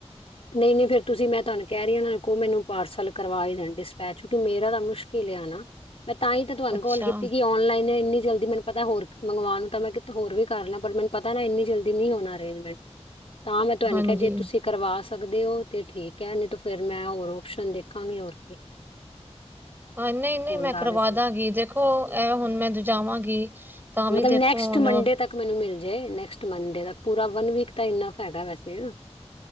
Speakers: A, on the left (about 60°); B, on the right (about 20°).
A: ਨਹੀਂ ਨਹੀਂ ਫਿਰ ਤੁਸੀਂ ਮੈਂ ਤੁਹਾਨ ਕਹਿ ਰਹੀ ਹ ਉਹਨਾਂ ਨੂੰ ਕੋੋ ਮੈਨੂੰ ਪਾਰਸਲ ਕਰਵਾ ਹੀ ਦੇਣਾ, ਡਿਸਪੈਚ ਕਿਉਂਕਿ ਮੇਰਾ ਤਾਂ ਮੁਸ਼ਕ ਲਿਆਣਾ, ਮੈਂ ਤਾਂ ਹੀ ਤਾਂ ਤੁਹਾਨੂੰ
B: ਅੱਛਾ
A: ਕਾਲ ਕੀਤੀ ਕਿ ਔਨਲਾਈਨ ਇੰਨੀ ਜਲਦੀ ਮੈਨੂੰ ਪਤਾ ਹੋਰ ਮੰਗਵਾਉਣ ਤਾਂ ਮੈਂ ਕਿਥ ਹੋਰ ਵੀ ਕਰ ਲਾਂ, ਪਰ ਮੈਨੂੰ ਪਤਾ ਨਾ ਇੰਨੀ ਜਲਦੀ ਨਹੀਂ ਹੋਣਾ ਅਰੇਂਜਮੈਂਟ।
B: <inaudible>
A: ਤਾਂ ਮੈਂ ਤੁਹਾਨੀ
B: ਹਾਂਜੀ
A: ਕਿਹਾ, ਜੇ ਤੁਸੀਂ ਕਰਵਾ ਸਕ ਸਕਦੇ ਹੋ, ਤੇ ਠੀਕ ਹੈ, ਨਹੀਂ ਤੇ ਫੇਰ ਮੈਂ ਹੋਰ ਓਪਸ਼ਨ ਦੇਖਾਂਗੀ, ਹੋਰ ਕੇ
B: ਹਾਂ ਨਹੀਂ ਨਹੀਂ ਮੈਂ
A: ਕਰ
B: ਕਰਵਾ
A: ਰਹੀ ਸੀ
B: ਦਾਂਗੀ, ਦੇਖੋ ਇਹ ਹੁਣ ਮੈਂ ਦ ਜਾਵਾਂਗੀ ਤਾਂ
A: ਮਤਲਬ
B: ਵੀ ਦੇਖੋ
A: ਨੈਕਸਟ
B: ਹੁਣ
A: ਮੰਡੇ ਤੱਕ ਮੈਨੂੰ ਮਿਲ ਜਾਏ, ਨੈਕਸਟ ਮੰਡੇ ਤੱਕ ਪੂਰਾ ਵਨ ਵੀਕ, ਤਾਂ ਇੰਨਾ ਫਾਇਦਾ ਵੈਸੇ